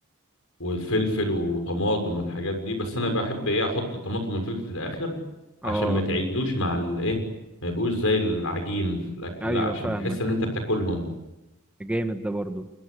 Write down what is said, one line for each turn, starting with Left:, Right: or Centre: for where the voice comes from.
Left: والفلفل وطماطم والحاجات دي بس انا بحب ايه احط الطماطم والفلفل في الاخر
Centre: اه
Left: عشان ما تعجنوش مع الايه ما يبقوش زي العجين في الاكل
Centre: ايوه
Left: لا عشان
Centre: فاهمك
Left: تحس ان انت بتاكلهم
Centre: جامد ده برضو